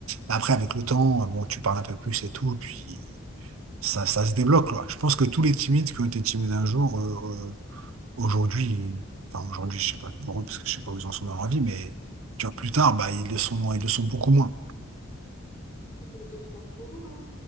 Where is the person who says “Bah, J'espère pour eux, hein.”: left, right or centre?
Left